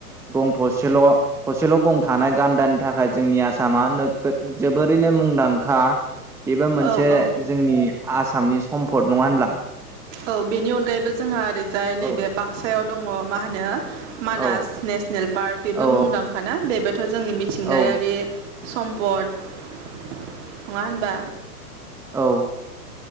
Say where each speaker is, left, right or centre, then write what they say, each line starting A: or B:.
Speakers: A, in the centre; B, on the right.
A: गं थसेल'-थसेल' गं थानाय गान्दानि थाखाय जोंनि आसामा नोगोद जोबोरैनो मुंदांखा बेबो मोनसे
B: औ औ
A: जोंनि आसामनि सम्पद, नङा होमब्ला?
B: औ बेनि अनगायैबो जोंहा ओरैजाय नैबे
A: औ
B: बाक्सायाव दङ' । मा होनो मानास
A: औ
B: नेसनेल पार्क बेबो
A: औ
B: मुंदांखा ना बेबोथ' जोंनि मिथिंगायारि
A: औ औ
B: सम्पद नङा होनबा?
A: औ औ